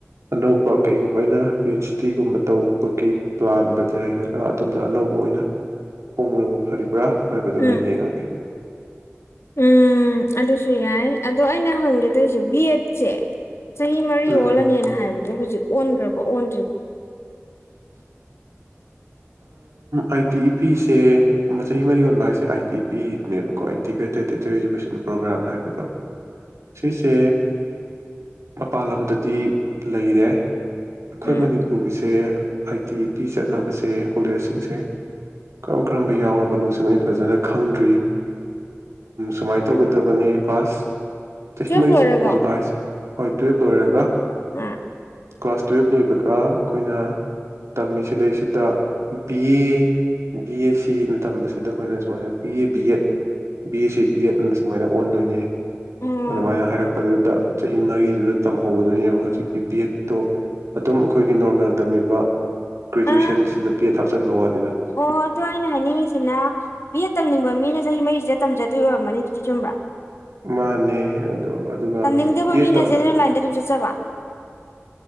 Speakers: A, on the right; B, on the left.
A: ꯑꯅꯧꯕ ꯀꯩꯒꯨꯝꯕ ꯑꯩꯅ ꯄꯤ ꯑꯩꯩꯆ ꯗꯤ ꯒꯨꯝꯕ ꯇꯧꯕꯒꯤ ꯄ꯭ꯂꯥꯟꯗ ꯂꯩꯔꯒ ꯑꯗꯣꯝꯗ ꯑꯅꯧꯕ ꯑꯣꯏꯅ ꯍꯣꯡꯅꯕ ꯐꯔꯤꯕ꯭ꯔꯥ ꯍꯥꯏꯕꯗꯨꯃ
B: ꯎꯝ
A: ꯌꯦꯡꯉꯒꯦ
B: ꯎꯝ ꯑꯗꯨꯁꯨ ꯌꯥꯏ ꯑꯗꯣ ꯑꯩꯅ ꯍꯪꯒꯦ ꯇꯧꯣꯏꯁꯦ ꯕꯤ ꯑꯦꯠꯁꯦ ꯆꯍꯤ ꯃꯔꯤ
A: ꯎꯝ
B: ꯑꯣꯜꯂꯅꯤꯅ ꯍꯥꯏꯕꯗꯣ ꯍꯧꯖꯤꯛ ꯑꯣꯟꯈ꯭ꯔꯕ ꯑꯣꯟꯗ꯭ꯔꯤꯕꯣ
A: ꯑꯥꯏ ꯇꯤ ꯏ ꯄꯤꯁꯦ ꯃ ꯃꯔꯤ ꯌꯣꯟꯕ ꯍꯥꯏꯁꯦ ꯑꯥꯏ ꯇꯤ ꯏ ꯄꯤꯗꯨꯅꯦꯕꯀꯣ ꯏꯟꯇꯤꯒ꯭ꯔꯦꯇꯦꯠ ꯇꯤꯆꯔ ꯏꯗꯨꯀꯦꯁꯟ ꯄ꯭ꯔꯣꯒ꯭ꯔꯥꯝ ꯍꯥꯏꯕꯗꯣ ꯁꯤꯁꯦ ꯃꯄꯜ ꯂꯝꯗꯗꯤ ꯂꯩꯔꯦ ꯑꯩꯈꯣꯏ
B: ꯎꯝ
A: ꯃꯅꯤꯄꯨꯔꯒꯤꯁꯦ ꯁꯦ ꯑꯥꯏ ꯇꯤ ꯄꯤ ꯆꯠꯅꯕꯁꯦ ꯀꯣꯂꯦꯖꯁꯤꯡꯁꯦ ꯀꯔꯝ ꯀꯔꯝꯕ ꯌꯥꯎꯔꯕꯅꯣ ꯁꯤꯃ ꯑꯩ ꯐꯖꯅ ꯈꯪꯗ꯭ꯔꯤ ꯁꯨꯃꯥꯏꯅ ꯇꯧꯒꯗꯕꯅꯦ ꯀ꯭ꯂꯥꯁ ꯆꯍꯤ
B: ꯇꯨꯌꯦꯜꯐ
A: ꯃꯔꯤ
B: ꯂꯣꯏꯔꯒ
A: ꯆꯦ ꯑꯣꯅ ꯄꯁꯦ ꯍꯣꯏ ꯇꯨꯌꯦꯜꯞ ꯂꯣꯏꯔꯒ
B: ꯎꯝ
A: ꯀ꯭ꯂꯥꯁ ꯇ꯭ꯋꯦꯜꯕ ꯂꯣꯏꯦ ꯀꯥ ꯑꯩꯈꯣꯏꯅ ꯇꯝꯃꯤ ꯁꯤꯗꯩꯁꯤꯗ ꯕꯤ ꯑꯦ ꯕꯤ ꯑꯦꯁ ꯁꯤꯅ ꯇꯝꯕꯁꯤꯗ ꯑꯩꯈꯣꯏꯅ ꯁꯨꯃꯥꯏꯅ B A B aid B S C B ꯑꯦꯗꯅ ꯁꯨꯃꯥꯏꯅ ꯑꯣꯟꯗꯣꯏꯅꯦ
B: ꯑꯣ
A: ꯑꯗꯨꯃꯥꯏꯅ ꯍꯥꯏꯔꯛꯄꯗꯨꯗ ꯆꯍꯤ ꯃꯔꯤꯗꯨꯗ ꯇꯝꯍꯧꯒꯗꯣꯏꯅꯦꯕ ꯍꯧꯖꯤꯛꯀꯤ ꯄꯦꯠꯇꯣ ꯑꯗꯨꯝ ꯑꯩꯈꯣꯏ ꯒꯤ ꯅꯣꯔꯃꯦꯜ ꯇꯝꯃꯤꯕ ꯒ꯭ꯔꯦꯖꯨꯋꯦꯁꯟꯁꯤꯗ
B: ꯑ
A: ꯕꯤ ꯑꯦꯗ ꯍꯥꯞꯆꯟꯕ ꯋꯥꯅꯤꯗ
B: ꯑꯣ ꯑꯗꯨ ꯑꯩꯅ ꯍꯥꯏꯅꯤꯡꯉꯤꯁꯤꯅ ꯕꯤ ꯇꯝ ꯎ ꯃꯤꯅ ꯆꯍꯤ ꯃꯔꯤꯁꯤꯗ ꯇꯝꯖꯗꯣꯏ ꯑꯣꯏꯔꯝꯃꯅꯤ ꯑꯗꯨꯗꯤ ꯆꯨꯝꯕ꯭ꯔꯥ
A: ꯃꯥꯅꯦ ꯑꯗꯣ ꯑꯗꯨꯒ
B: ꯇꯝꯅꯤꯡꯗꯕ
A: ꯕꯤ ꯑꯦꯗ
B: ꯃꯤꯅꯁꯦꯅ
A: ꯇꯝꯕ
B: ꯂꯥꯏꯟꯗ ꯑꯗꯨꯝ ꯆꯠꯆꯕ